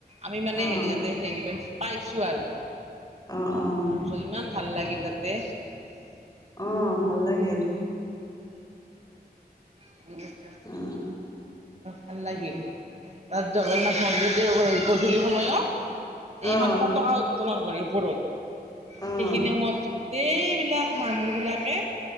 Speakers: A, on the right; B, on the left.
A: আমি মানে
B: অ',
A: হেৰি যাওঁতে <unintelligible> পাইছো আৰু
B: অ', অ',
A: তাৰপিছত ইমান ভাল লাগিল তাতে।
B: অঁ ভাল লাগিল।
A: <unintelligible>
B: অঁ।
A: ভাল লাগিল, তাত জগন্নাথ মন্দিৰটো হেৰি গধূলি সময়ত-
B: অ', অ',
A: এইখন পতকা - উত্তলং কৰে ওপৰত,
B: অ', অ',
A: সেইখিনি সময়ত গোটেইবিলাক মানুহবিলাকে-